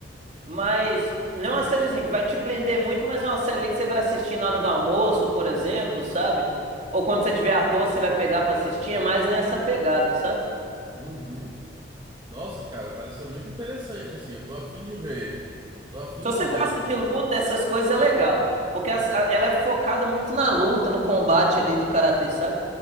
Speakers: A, on the right (about 40°); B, on the right (about 25°).
A: mas não é uma série assim que vai te prender muito, mas é uma série ali que você vai assistir na hora do almoço, por exemplo, sabe? Ou quando você tiver à toa, você vai pegar pra assistir. É mais nessa pegada, sabe?
B: Uhum. Nossa, cara, pareceu muito interessante assim. Eu tô afim de ver. Tô afim
A: Se você
B: de ver.
A: gosta de luta, essas coisas é legal. Porque as- a- ela é focada muito na luta, no combate ali do karatê, sabe?